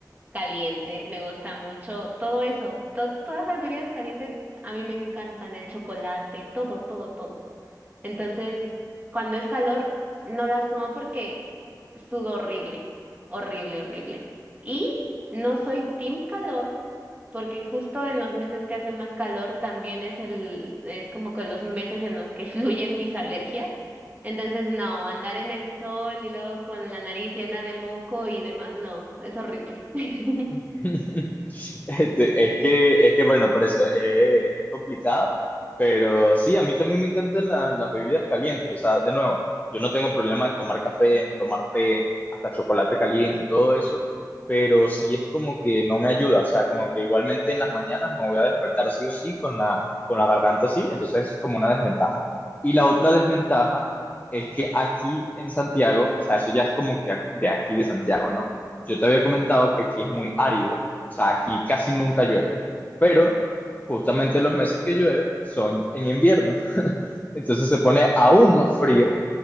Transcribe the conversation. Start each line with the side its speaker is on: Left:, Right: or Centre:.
Right: caliente, me gusta mucho todo eso. to- todas las bebidas calientes a mí me encantan, el chocolate, todo, todo, todo. Entonces, cuando es calor, no las tomo porque sudo horrible, horrible, horrible. Y no soy team calor porque justo en los meses que hace más calor también es el, es como que los meses en los que <laughs> fluyen mis alergias. Entonces, no, andar en el sol y luego con la nariz llena de moco y demás, no, es horrible. <laughs>
Left: <laughs> Este, es que, es que bueno, por eso eh, es complicado, pero sí, a mí también me encantan la- las bebidas calientes, o sea, de nuevo, yo no tengo problema en tomar café, en tomar té, hasta chocolate caliente, todo eso, pero sí es como que no me ayuda, o sea, como que igualmente en las mañanas me voy a despertar sí o sí con la, con la garganta así, entonces eso es como una desventaja. Y la otra desventaja es que aquí en Santiago, o sea, eso ya es como que de aquí de Santiago, ¿no? Yo te había comentado que aquí es muy árido, o sea, aquí casi nunca llueve, pero justamente los meses que llueve son en invierno, <laughs> entonces se pone aún más frío